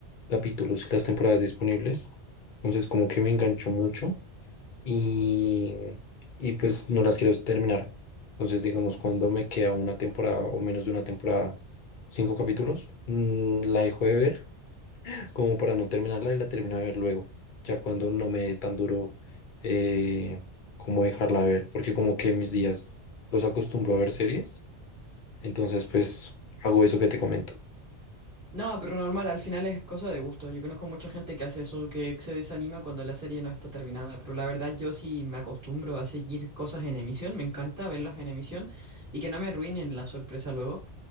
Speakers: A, on the left; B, on the right.
A: capítulos y las temporadas disponibles. Entonces como que me engancho mucho y, y pues no las quiero terminar. Entonces, digamos, cuando me queda una temporada o menos de una temporada, cinco capítulos, mm, la dejo de ver <laughs> como para no terminarla y la termino de ver luego, ya cuando no me dé tan duro eh, como dejarla de ver, porque como que mis días los acostumbro a ver series, entonces pues hago eso que te comento.
B: No, pero normal, al final es cosa de gusto. Yo conozco mucha gente que hace eso, que se desanima cuando la serie no está terminada, pero la verdad yo sí me acostumbro a seguir cosas en emisión, me encanta verlas en emisión y que no me arruinen la sorpresa luego.